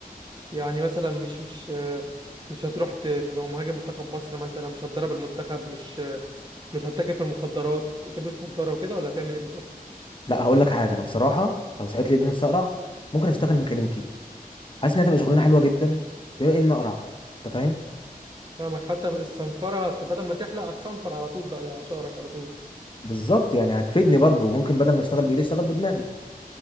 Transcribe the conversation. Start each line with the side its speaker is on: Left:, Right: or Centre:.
Right: يعني مثلا مش مش أه مش هتروح ت- تبقى مهاجم منتخب مصر مثلا مش هتدرب المنتخب مش أه مش هتتاجر في المخدرات وتلبس نظارة وكده ولا هتعمل ايه بالظبط
Left: لا هقول لك حاجه انا بصراحه لو صحيت لي نفسي اقرع ممكن اشتغل ميكانيكي حاسس انها تبقى شغلانه حلوه جدا بما ان اقرع انت فاهم
Right: فاهمك حتى الصنفرة هت- بدل ما تحلق هتصنفر على طول بقى على شعرك على طول
Left: بالظبط يعني هتفيدني برضو ممكن بدل ما اشتغل بايدي اشتغل بدماغي